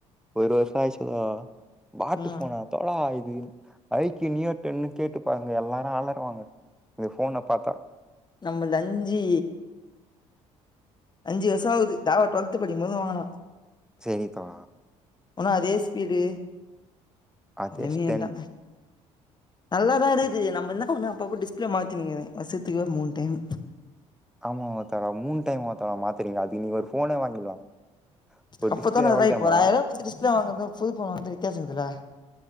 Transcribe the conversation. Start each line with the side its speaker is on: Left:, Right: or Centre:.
Centre: ஒரு வர்ஷோ ஆய்ச்சு தோழா மாட்டு
Left: ம்
Centre: ஃபோன தோழா இது ஐ க்கி யூ நீயூட் டேன்னு கேட்டுபாருங்க எல்லாரு ஆளருவாங்க இந்த ஃபோன பாத்தா
Left: நம்மள் அஞ்சி அஞ்சி வருஷோ ஆவுது தெவா டொல்த்து படிக்கும் போது வாங்குனோ
Centre: சேரிப்பா
Left: ஒன்னு அதே ஸ்பீடு
Centre: அதேஷ்
Left: என்னமே
Centre: டென்
Left: அதா நல்லா தா இருக்குது நம்மந்த ஒன்னு அப்பப்போ டிஸ்பிளே மாத்தி நிக்ற வருஷோத்துக்கு மூண் டைம்
Centre: ஆமா! !!!!!!!!! மூண் டைம்! !!!!!!!!! மாத்துறீங்க அதெ நீங் ஒரு போனே வாங்கிர்லா ஒரு
Left: அப்பதா
Centre: டிஸ்பிளே
Left: நல்லா
Centre: எவ்ளோ
Left: இப்போ
Centre: தெரியுமா
Left: ஒரு ஆயிரூவா டிஸ்பிளே வாங்றது புது ஃபோன வாங்றது வித்தியாசோ இருக்குல